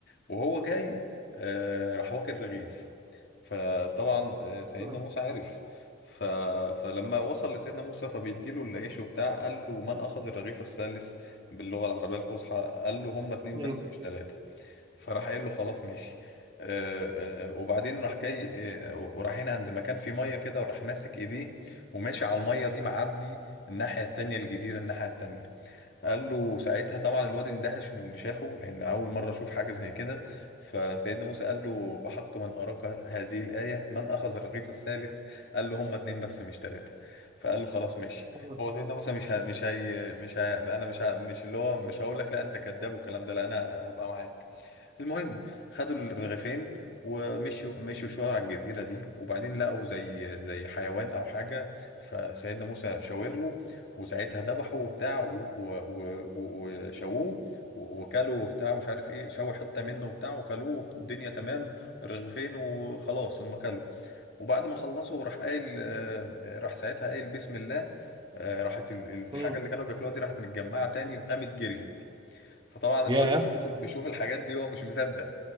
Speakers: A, on the left; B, on the right.
A: وهو جاي آه، راح واكل رغيف فطبعا آه، سيدنا
B: مم.
A: موسى عرف ف... فلما وصل لسيدنا موسى فبيديله العيش وبتاع قال له من اخذ الرغيف الثالث باللغه العربيه الفصحى قال له هما اتنين
B: مم.
A: بس مش تلاته فراح قايل له خلاص ماشي آه، آه، وبعدين راح جاي آه، ورايحين عند مكان فيه ميه كده وراح ماسك ايديه وماشي على الميه دي معدي الناحيه التانية الجزيره الناحيه التانية قال له ساعتها طبعا الواد اندهش من اللي شافه لان اول مره اشوف حاجه زي كده فسيدنا موسى قال له بحق من اراك هذه الايه من اخذ الرغيف الثالث قال له هما اتنين بس مش تلاته فقال له خلاص ماشي
B: مم.
A: هو سيدنا موسى مش ه... مش هي... مش هي... انا مش ه... مش اللي هو مش هقول لك لا انت كذاب والكلام ده لا انا هبقى معاك المهم خدوا الرغيفين ومشوا مشوا شوية على الجزيرة دي وبعدين لقوا زي زي حيوان أو حاجة فسيدنا موسى شاور له وساعتها ذبحه وبتاع و- و- و- و- وشووه و- وكلوا وبتاع مش عارف ايه شووا حتة منه وبتاع وكلوه الدنيا تمام الرغيفين وخلاص هم كلوا وبعد ما خلصوا راح قايل آه، راح ساعتها قايل بسم الله آه، راحت ال- الحاجة
B: مم.
A: اللي كانوا بياكلوها دي راحت متجمعة تاني وقامت جريت فطبعا
B: ياه
A: الواد بيشوف بيشوف الحاجات دي هو مش مصدق